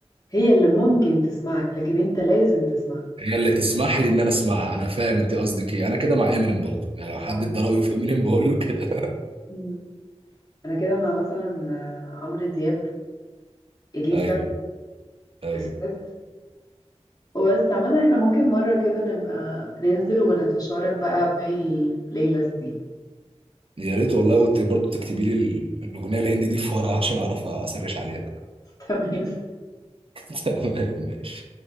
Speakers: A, on the left; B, on the right.
A: هي اللي ممكن تسمعك لكن انت لازم تسمعها
B: هي اللي تسمح لي ان انا اسمعها انا فاهم انت قصدك ايه انا كده مع امينيم برضو يعني لو حد
A: اه
B: ادى رايه في امينيم بقول له كده
A: مم. انا كده مع مثلا آه، عمرو دياب اليسا
B: <laughs> ايوه ايوه
A: الست وبس عامة احنا ممكن مرة كده نبقى ننزل ونتشارك بقى باقي البلاي ليست دي
B: يا ريت والله وت- برضه تكتبي لي ال- الاغنيه الهندي دي في ورقه عشان اعرف اسرش عليها
A: <laughs> تمام
B: <laughs> ماشي